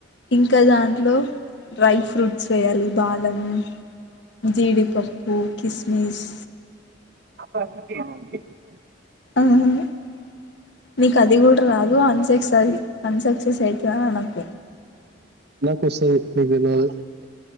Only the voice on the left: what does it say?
ఇంకా దాంట్లో డ్రై ఫ్రూట్స్ వేయాలి బాదము, జీడిపప్పు, కిస్మిస్
ఆ నీకు అది కూడా రాదు అన్సక్స అన్సక్సెస్ అయి అట్లా అనకు